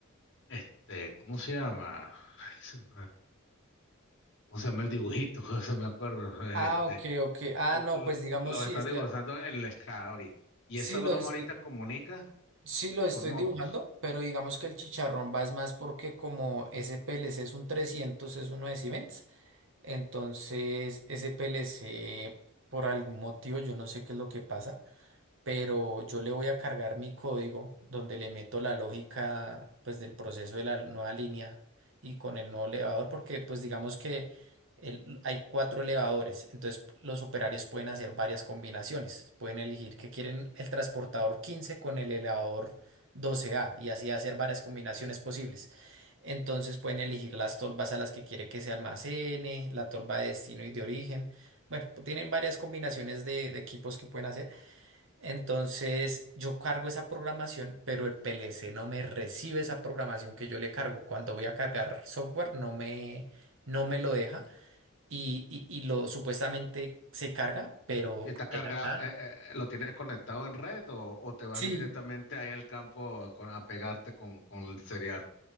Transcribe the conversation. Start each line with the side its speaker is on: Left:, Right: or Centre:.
Left: este, ¿cómo se llama? Ay, se me- ¿Cómo se llama el dibujito? <laughs> se me acuerdo. Este,
Right: Ah, ok, ok. Ah,
Left: l-
Right: no,
Left: l-
Right: pues digamos
Left: lo
Right: sí,
Left: está
Right: estoy,
Left: dibujando en la escala ahorita. Y
Right: sí
Left: esa broma
Right: los estoy,
Left: ahorita comunica
Right: sí los
Left: por
Right: estoy
Left: Modbus.
Right: dibujando, pero digamos que el chicharrón va es más porque como ese PLC es un 300 es uno de Siemens, entonces ese PLC por algún motivo, yo no sé qué es lo que pasa, pero yo le voy a cargar mi código donde le meto la lógica pues del proceso de la nueva línea y con el nuevo elevador porque pues digamos que el- hay cuatro elevadores, entonces los operarios pueden hacer varias combinaciones, pueden elegir que quieren el transportador 15 con el elevador 12A y así hacer varias combinaciones posibles. Entonces pueden elegir las tolvas a las que quiere que se almacene, la tolva de destino y de origen. Bueno, tienen varias combinaciones de de equipos que pueden hacer. Entonces yo cargo esa programación, pero el PLC no me recibe esa programación que yo le cargo. Cuando voy a cargar software no me, no me lo deja y, y- y lo supuestamente se carga, pero
Left: Y está cargado,
Right: de la nada.
Left: eh, eh, ¿lo tienes conectado en red o, o te vas
Right: Sí,
Left: directamente ahí al campo a, con- a pegarte con, con el serial?